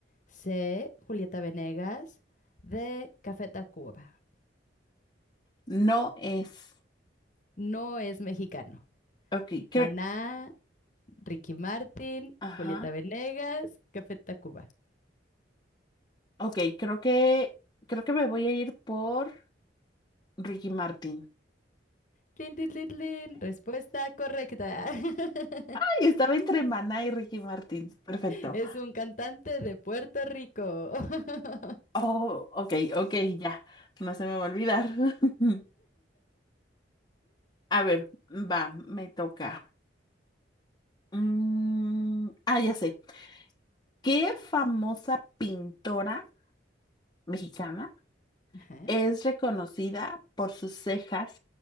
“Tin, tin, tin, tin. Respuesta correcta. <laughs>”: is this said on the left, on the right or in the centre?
Left